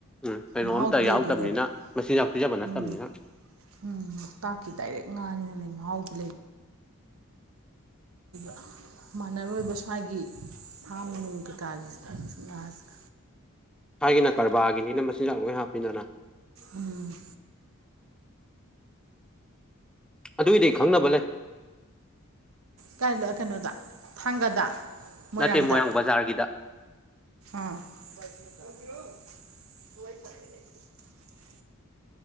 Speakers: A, in the centre; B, on the right (about 65°).
A: ꯎꯝ ꯀꯩꯅꯣꯝ
B: ꯃꯍꯥꯎꯗꯤ
A: ꯑꯝꯇ ꯌꯥꯎꯗꯕꯅꯤꯅ
B: ꯂꯩꯗꯣꯏꯅꯦꯕ
A: ꯃꯆꯤꯟꯖꯥꯛ ꯄꯤꯖꯕ ꯅꯠꯇꯕꯅꯤꯅ
B: ꯎꯝ ꯎꯝ ꯂꯣꯛꯇꯥꯛꯀꯤ ꯗꯥꯏꯔꯦꯛ ꯉꯥꯅꯤꯅꯅꯦ ꯃꯍꯥꯎꯗ <unintelligible> ꯃꯥꯟꯅꯔꯣꯏꯕ ꯁ꯭ꯋꯥꯏꯒꯤ ꯐꯥꯝ ꯅꯨꯡ ꯀꯩꯀꯥꯒꯤ ꯉꯥꯁꯦ
A: ꯁꯋꯥꯏꯒꯤꯅ ꯀꯔꯕꯥꯔꯒꯤꯅꯤꯅ ꯃꯆꯤꯟꯖꯥꯛ ꯂꯣꯏ ꯍꯥꯞꯄꯤꯗꯅ
B: ꯎꯝ
A: ꯑꯗꯨꯏꯗꯤ ꯈꯪꯅꯕ ꯂꯩ
B: ꯀꯥꯏ ꯀꯩꯅꯣꯗ ꯊꯥꯡꯒꯗ ꯃꯣꯏꯔꯥꯡꯗ
A: ꯅꯠꯇꯦ ꯃꯣꯏꯔꯥꯡ ꯕꯖꯥꯔꯒꯤꯗ
B: ꯑꯥ <unintelligible>